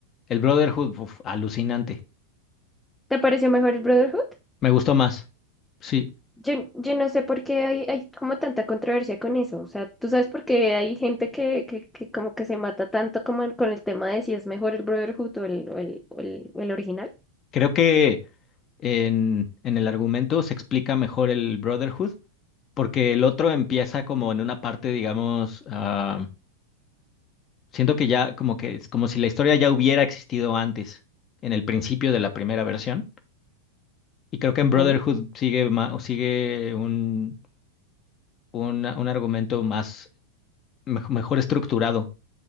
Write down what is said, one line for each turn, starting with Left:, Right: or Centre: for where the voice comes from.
Left: El Brotherhood, uf, alucinante.
Centre: ¿Te pareció mejor el Brotherhood?
Left: Me gustó más. Sí,
Centre: Yo, yo no sé por qué hay, hay como tanta controversia con eso. O sea, ¿tú sabes por qué hay gente que, que, que como que se mata tanto como en- con el tema de si es mejor el Brotherhood o el, o el, o el, o el original?
Left: creo que en, en el argumento se explica mejor el Brotherhood, porque el otro empieza como en una parte, digamos, ah, siento que ya como que es como si la historia ya hubiera existido antes, en el principio de la primera versión. Y creo que
Centre: Ok.
Left: en Brotherhood sigue ma- o sigue un, una- un argumento más mej- mejor estructurado